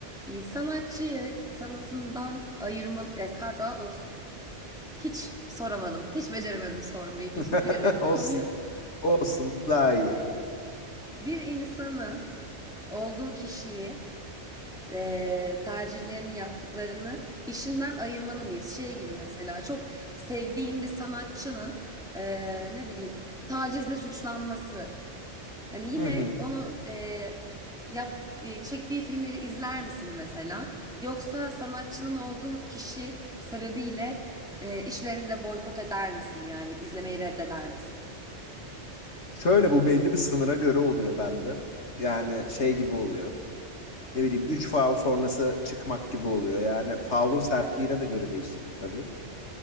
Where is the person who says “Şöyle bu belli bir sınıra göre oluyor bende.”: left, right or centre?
Left